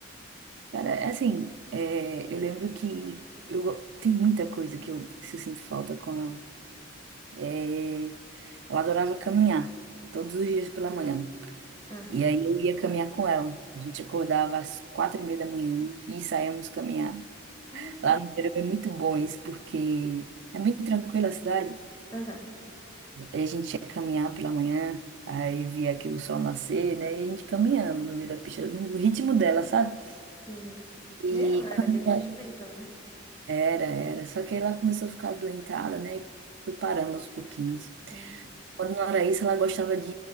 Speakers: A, on the right; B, on the left.
A: Cara, é assim, é, eu lembro que eu, go- tem muita coisa que eu, que eu sinto falta com ela. É, eu adorava caminhar, todos os dias pela manhã.
B: Aham.
A: E aí eu ia caminhar com ela. A gente acordava às quatro e meia da manhã e saíamos caminhar.
B: Olha só.
A: Lá no interior é muito bom isso, porque é bem tranquila a cidade.
B: Aham.
A: Aí a gente ia caminhar pela manhã, aí via aquele sol nascer, né? E a gente caminhando no meio da pista, no ritmo dela, sabe?
B: Sim. Meu,
A: E
B: ela
A: quando
B: era bem ativa então, né?
A: Era, era. Só que ela começou a ficar adoentada, né? E foi parando aos pouquinhos.
B: Sim.
A: Quando não era isso, ela gostava de,